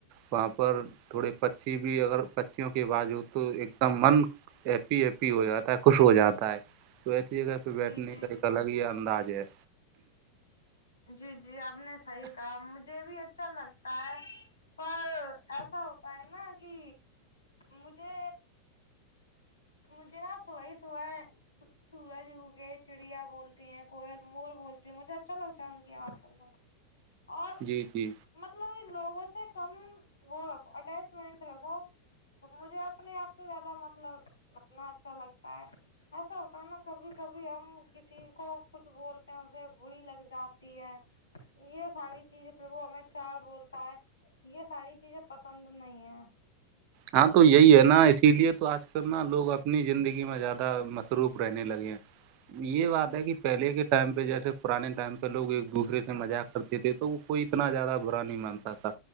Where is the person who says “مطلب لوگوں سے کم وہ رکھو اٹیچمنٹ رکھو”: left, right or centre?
Left